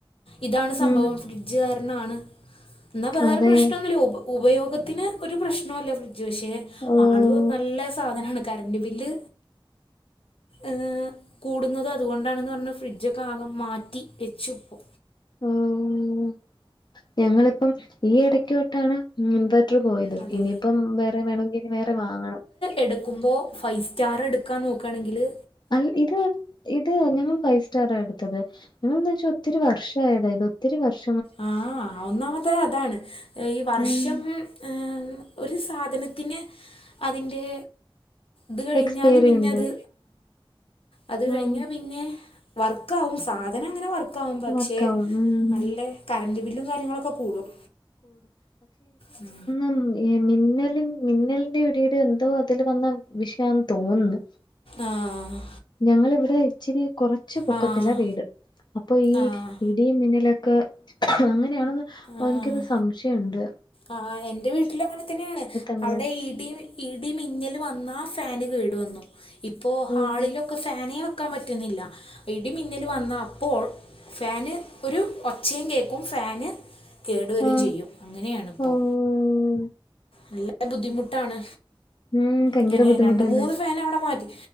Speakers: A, on the left (about 85°); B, on the left (about 55°).
A: ഇതാണ് സംഭവം
B: ഉം
A: ഫ്രിഡ്ജ് കാരണാണ്. ന്നാ വേറെ
B: അതെ
A: പ്രശ്നൊന്നുല്ല ഉ ഉപയോഗത്തിന് ഒരു പ്രേശ്നോല്ല ഫ്രി ഡ്ജ് പക്ഷെ
B: ഓഹ്
A: ആള് നല്ല സാധനാണ് കറന്റ് ബില്ല്. ഈഹ് കൂടുന്നത് അതുകൊണ്ടാണെന്ന് പറഞ്ഞ് ഫ്രിഡ്ജൊക്കെ ആകെ മാറ്റി വെച്ചുപ്പോ.
B: ഓഹ് ഞങ്ങളിപ്പം ഈ ഇടയ്ക്കോട്ടാണ് ഇൻവെട് റ് പോയത്
A: അതെ
B: ഇനിയിപ്പം വേറെ വേണോങ്കി ഇനി വേറെ വാങ്ങണം.
A: എടുക്കുമ്പോ ഫൈവ് സ്റ്റാർ എട്ക്കാൻ നോക്കാണെങ്കില്.
B: അൽ ഇത് ഇത് ഞങ്ങൾ ഫൈവ് സ്റ്റാറാ എട്ത്തത്. പിന്നെന്താച്ചാ ഒത്തിരി വർഷം ആയതാ ഒത്തിരി വർഷ
A: ആഹ് ഒന്നാമത്തെ അതാണ് ഈ വർഷം.
B: ഉം
A: ഈഹ് ഒര് സാധനത്തിന് അതിൻ്റെ. ത് കഴിഞ്ഞാല്
B: എക്സ്പയറി
A: പിന്നത്
B: ഉണ്ട്
A: അത് കഴിഞ്ഞാ
B: ഉം
A: പിന്നെ വർക്ക് ആവും സാധനം അങ്ങനെ വർ ക്കാവും പക്ഷെ
B: വർക്കാവും ഉം
A: നല്ലെ. കറന്റ്‌ ബില്ലും കാര്യങ്ങളൊക്കെ കൂടും ഉം
B: ഉം ഈ മിന്നല് മിന്നലിന്റെ ഇടിടേം എന്തോ അതിൽ വന്ന വിഷയന്ന് തോന്ന്ന്ന്.
A: ആഹ്
B: ഞങ്ങള് ഇവ്ടെ ഇച്ചിരി കൊറച്ച് പൊക്കത്തില്ല
A: ആഹ്
B: വീട്. അപ്പൊ ഈ
A: ആഹ്
B: ഇടിയും മിന്നലൊക്കാ അങ്ങനെയാണെന്ന്
A: ആഹ്
B: ഓൻക്കൊര് സംശയംണ്ട്.
A: ആഹ് എന്റെ വീട്ടിലും അങ്ങനെ തന്നെയാണ്
B: അങ്ങനെ
A: അവ്ടെ ഇടി ഇടിമിന്നല് വന്ന ഫാന് കേട് വന്നു ഇപ്പോ ഹാളിലൊക്കെ
B: ഉം
A: ഫാനെ വെക് ക്കാൻ പറ്റുന്നില്ല ഇടിമിന്നല് വന്ന അപ്പോൾ ഫാന് ഒരു ഒച്ചയും കേക്കും ഫാന്. കേടുവെരും
B: ആഹ്
A: ചെയ്യും അങ്ങനെയാണിപ്പോൾ.
B: ഓഹ്
A: നല്ല ബുദ്ധിമുട്ടാണ്
B: ഉം ഭയങ്കര
A: ഇങ്ങനെ
B: ബുദ്ധിമുട്ടല്ലേ
A: രണ്ട് മൂന്ന് ഫാൻ അവിടെ മാറ്റി.